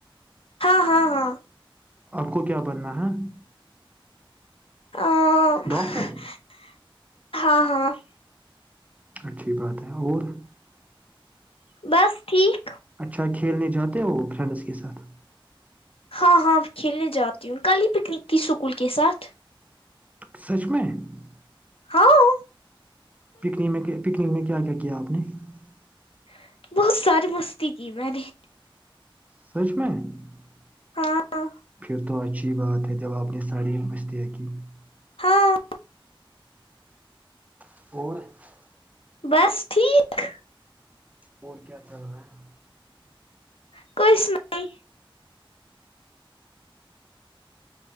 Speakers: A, on the left; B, on the right.
A: <unintelligible>
B: <unintelligible>
A: <inaudible>
B: ڈاکٹر
A: <unintelligible>
B: <unintelligible>
A: <unintelligible>
B: <unintelligible>
A: <unintelligible>
B: <unintelligible>
A: <inaudible>
B: <unintelligible> <unintelligible>
A: <unintelligible>
B: <unintelligible>
A: ہاں
B: <inaudible> <unintelligible>
A: <unintelligible>
B: <unintelligible>
A: <unintelligible>
B: <unintelligible>
A: <unintelligible>